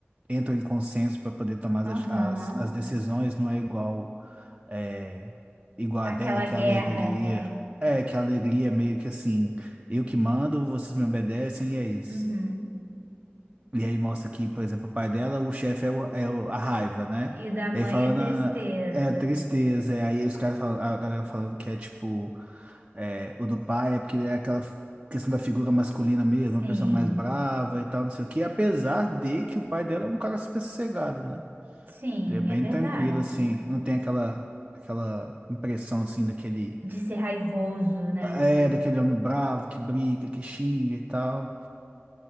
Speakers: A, on the right; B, on the right.
A: entram em consenso para poder tomar
B: Aham.
A: as, as, as decisões, não é igual, eh, igual
B: Aquela
A: a dela, que
B: guerra,
A: a alegria.
B: né?
A: É, que a alegria é meio que assim, eu que mando, vocês me obedecem e é isso.
B: Uhum.
A: E aí mostra que, por exemplo, o pai dela, o chefe é, o- é o- a raiva, né?
B: E o da mãe
A: E aí falando
B: é tristeza.
A: a- é a tristeza, e aí os caras falam, a galera falando que é tipo, é, o do pai é porque é aquela f- questão da figura masculina mesmo, uma
B: Sim,
A: pessoa mais brava e tal, não sei o quê, apesar de que o pai dela é um cara super sossegado, né?
B: sim,
A: Ele é bem
B: é verdade.
A: tranquilo, assim, não tem aquela, aquela impressão, assim, daquele,
B: De ser raivoso, né?
A: é, daquele homem bravo que briga, que xinga e tal.